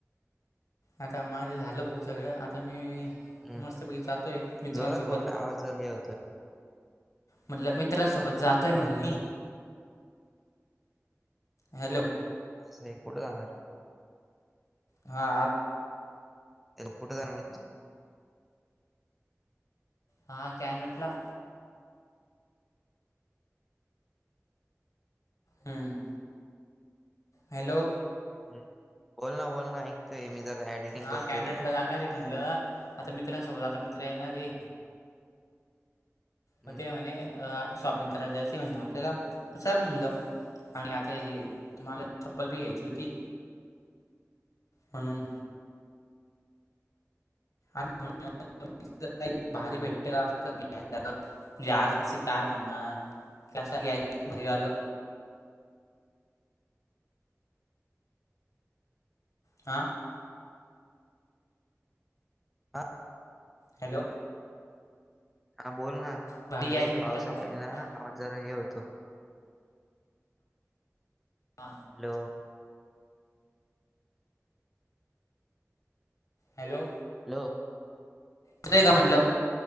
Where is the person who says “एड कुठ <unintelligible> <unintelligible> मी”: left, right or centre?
Centre